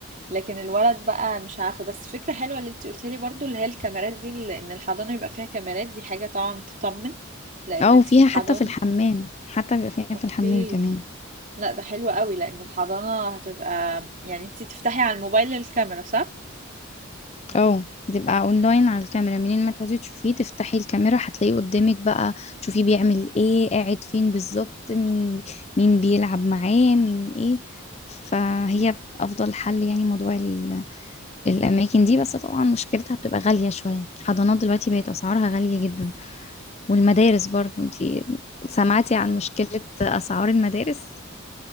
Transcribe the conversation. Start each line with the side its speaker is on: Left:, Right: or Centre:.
Right: لكن الولد بقى مش عارفة بس فكرة حلوة اللي انت قلتيلي برضو اللي هي الكاميرات دي اللي- ان الحضانة يبقى فيها كاميرات دي حاجة طبعا تطمن لان
Left: او
Right: انت
Left: فيها
Right: في الحضانة
Left: حتى في الحمام حتى بيبقى فيها
Right: اوكي
Left: في الحمام كمان
Right: لا ده حلو قوي لان الحضانة هتبقى يعني انتي تفتحي على الموبايل الكاميرا صح؟
Left: اه بتبقى اونلاين على الكاميرا منين ما تقعدي تشوفيه تفتحي الكاميرا هتلاقيه قدامك بقى تشوفيه بيعمل ايه قاعد فين بالظبط مين مين بيلعب معاه مين ايه فهي
Right: مم.
Left: افضل حل يعني موضوع ال- الاماكن دي بس طبعا مشكلتها بتبقى غالية شوية حضانات دلوقتي بقت اسعارها غالية جدا والمدارس برضو انتي سمعتي عن مشكلة اسعار المدارس